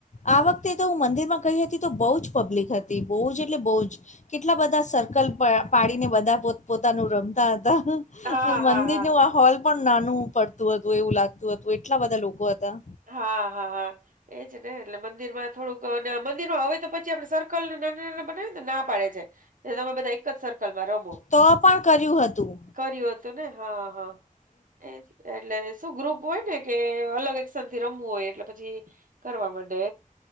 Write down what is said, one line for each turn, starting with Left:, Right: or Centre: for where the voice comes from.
Left: આ વખતે તો હું મંદિરમાં ગઈ હતી તો બહુ જ પબ્લિક હતી બહુ જ એટલે બહુ જ. કેટલા બધા સર્કલ પા પાડીને બધા પો પોતાનું રમતા હતા.
Right: હા
Left: મંદિરનું
Right: હા
Left: આ હોલ પણ નાનું પડતું હતું એવું લાગતું હતું એટલા બધા લોકો હતા.
Right: હા હા હા એજ ને એટલે મંદિરમાં. થોડુંક અને આ મંદિરમાં હવે તો પછી આપણે સર્કલ ને નાના નાના બનાવી. ના પાડે છે તમે બધા એક જ સર. સર્કલમાં રમો
Left: તો પણ કર્યું હતું
Right: કર્યું હતું ને હા હા એજ. એટલે શું ગ્રુપ હોય ને કે અલગ. થી રમવું હોય એટલે પછી કરવા મડે.